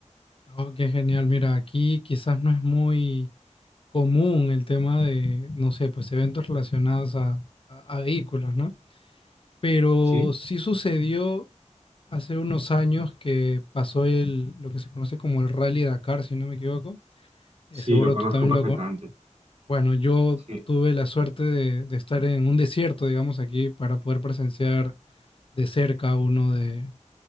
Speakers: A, on the left; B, on the right.
A: Oh, qué genial. Mira, aquí quizás no es muy común el tema de, no sé, pues eventos relacionados a, a- a vehículos, ¿no? Pero
B: Sí,
A: sí sucedió hace unos años que pasó el, lo que se conoce como el Rally Dakar, si no me equivoco.
B: sí,
A: Eh, seguro
B: lo conozco
A: tú también
B: perfectamente.
A: lo... con- Bueno, yo
B: Sí,
A: tuve la suerte de, de estar en un desierto, digamos, aquí para poder presenciar de cerca uno de,